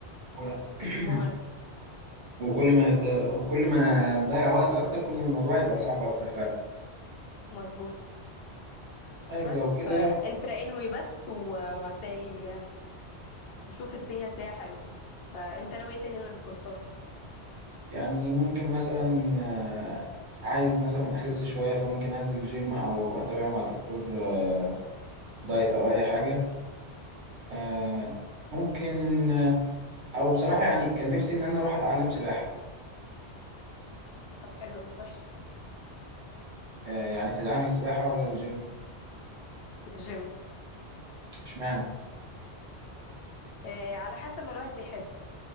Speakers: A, on the right; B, on the left.
A: و... <clears throat>
B: بالممارسه
A: وكل ما نت... وكل ما نضيع وقت اكتر كل ما الموضوع يبقى صعب اكتر فعلا
B: مظبوط
A: طيب
B: بس
A: لو كده
B: فانت انوي بس وهتلاقي تشوف الدنيا تلاقيها حلوه فانت ناوي ايه تاني غير الكورسات
A: يعني ممكن مثلا آه، عايز مثلا اخس شوية فممكن انزل جيم او اتابع مع دكتور آه، دايت او اي حاجة آه، ممكن آه، او بصراحة يعني كان نفسي ان انا اروح اتعلم سباحة
B: طب حلوه مش وحشه
A: آه، يعني تدعمي السباحة ولا الجيم
B: الجيم
A: اشمعنى
B: آه على حسب ما الواحد بيحب